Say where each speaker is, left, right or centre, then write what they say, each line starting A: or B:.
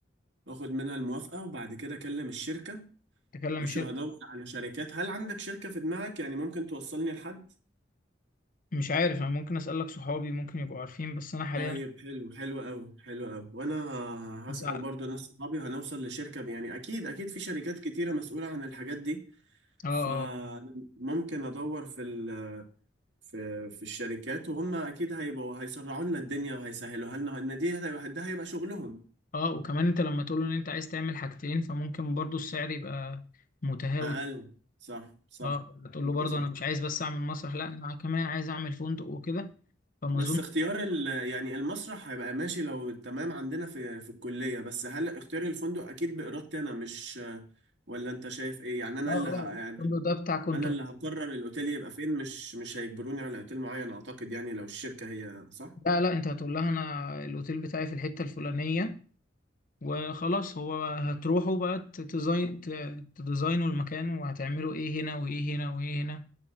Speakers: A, on the right; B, on the left.
A: وآخد منها الموافقة وبعد كده أكلم الشركة
B: تكلم
A: شو
B: شركة
A: هدور على شركات هل عندك شركة في دماغك يعني ممكن توصلني لحد
B: مش عارف انا ممكن اسألك صحابي ممكن يبقوا عارفين بس انا حاليا
A: طيب حلو حلو قوي حلو قوي وانا ه-
B: مساعد
A: هسأل برضو ناس صحابي وهنوصل لشركة ب- يعني اكيد اكيد في شركات كتيرة مسؤولة عن الحاجات دي
B: اه
A: فممكن
B: اه
A: ادور في ال في في الشركات وهم اكيد هيبقوا هيسرعوا لنا الدنيا وهيسهلوا لنا ان دي هتبقى- ده هيبقى شغلهم
B: اه وكمان انت لما تقول له ان انت عايز تعمل حاجتين فممكن برضو السعر يبقى متهاوت
A: اقل صح صح
B: اه تقول له
A: انت
B: برضو
A: صح
B: انا مش عايز بس اعمل مسرح لا انا كمان عايز اعمل فندق وكده فما
A: بس
B: اظن
A: اختيار ال يعني المسرح هيبقى ماشي لو تمام عندنا في في الكلية بس هل اختيار الفندق أكيد بإرادتي أنا مش ولا أنت شايف إيه يعني أنا
B: اه اه
A: اللي ه... يعني
B: الفندق ده بتاع كنت
A: أنا اللي هقرر الأوتيل يبقى فين مش مش هيجبروني على أوتيل معين أعتقد يعني لو الشركة هي صح؟
B: لا لا انت هتقول لها انا الاوتيل بتاعي في الحته الفلانيه وخلاص هو هتروحوا بقى ت- تزاين ت- تديزاينوا المكان وهتعملوا ايه هنا وايه هنا وايه هنا